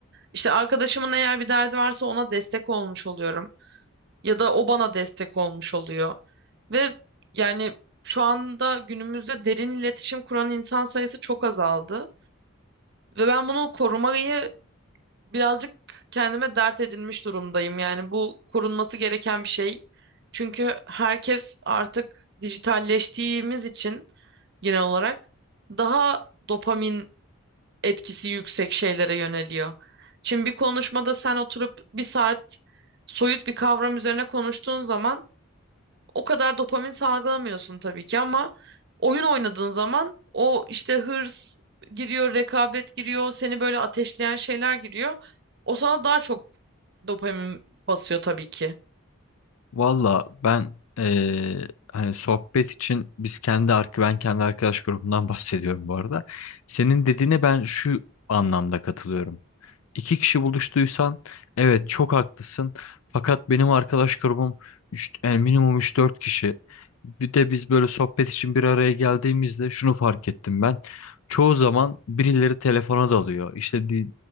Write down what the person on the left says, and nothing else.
Valla ben eee, hani sohbet için biz kendi ark ben kendi arkadaş grubundan <laughs> bahsediyorum bu arada. Senin dediğine ben şu anlamda katılıyorum. İki kişi buluştuysan evet çok haklısın. Fakat benim arkadaş grubum üç, yani minimum üç dört kişi. Bir de biz böyle sohbet için bir araya geldiğimizde şunu fark ettim ben. Çoğu zaman birileri telefona dalıyor. İşte di-